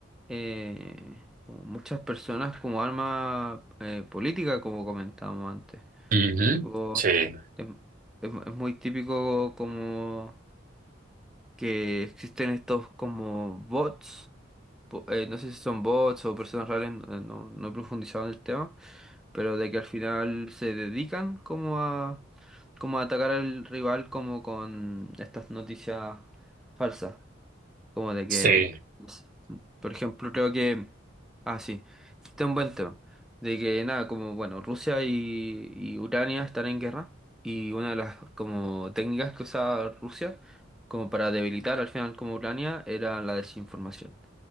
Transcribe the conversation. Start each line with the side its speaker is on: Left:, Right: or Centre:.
Centre: eh, como muchas personas como arma eh, política, como comentábamos antes.
Right: Ujú,
Centre: Tipo,
Right: Sí,
Centre: es, es- es muy típico como que existen estos como bots, po- eh, no sé si son bots o personas reales, no, eh, no- no he profundizado en el tema, pero de que al final se dedican como a, como a atacar al rival como con estas noticias falsas. Como de
Right: sí.
Centre: que, no sé, por ejemplo, creo que, ah, sí, este es un buen tema, de que nada, como, bueno, Rusia y, y Ucrania están en guerra y una de las como técnicas que usaba Rusia como para debilitar al final como Ucrania era la desinformación.